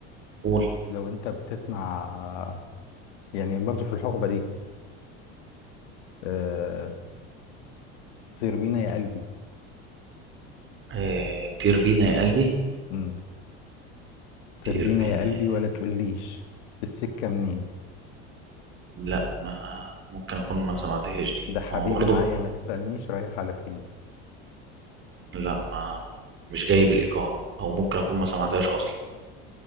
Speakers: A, on the right (about 35°); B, on the left (about 80°).
A: قول
B: لو أنت بتسمع يعني برضو في الحقبة دي آه طير بينا يا قلبي
A: آه طير بينا يا قلبي
B: مم. طير
A: طير
B: بينا
A: بينا
B: يا قلبي ولا تقوليش السكة منين
A: لا ما ممكن اكون ما سمعتهاش دي
B: ده حبيبي
A: ما هو برضه
B: معايا ما تسألنيش رايح على فين
A: لا ما مش جايب الإيقاع أو ممكن أكون ما سمعتهاش أصلا